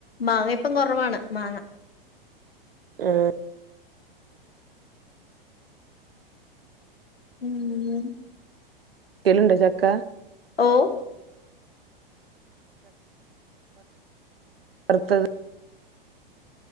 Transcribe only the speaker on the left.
മാങ്ങ ഇപ്പം കൊറവാണ് മാങ്ങ.
ഉം
ഓഹ്